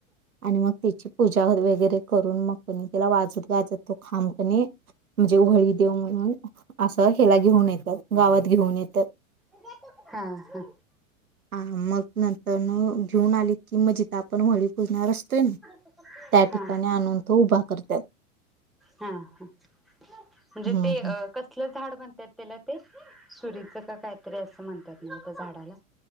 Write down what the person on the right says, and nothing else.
आणि मग त्याची पूजा वगैरे करून मग त्याला वाजत गाजत तो खाम कनिय, म्हणजे व्हळी देव म्हणून असं हेला घेऊन येतात, गावात घेऊन येतात.
आ मग नंतरण अ घेऊन आली की मजी आता आपण व्हळी पूजणार असतोय ना,
त्या ठिकाणी आणून तो उभा करतात
हम्म
हम्म